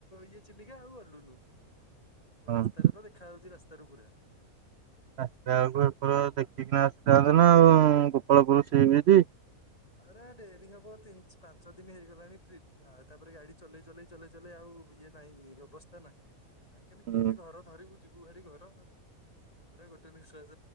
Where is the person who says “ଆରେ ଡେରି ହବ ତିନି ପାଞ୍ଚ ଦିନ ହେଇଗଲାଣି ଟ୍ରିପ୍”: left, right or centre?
Left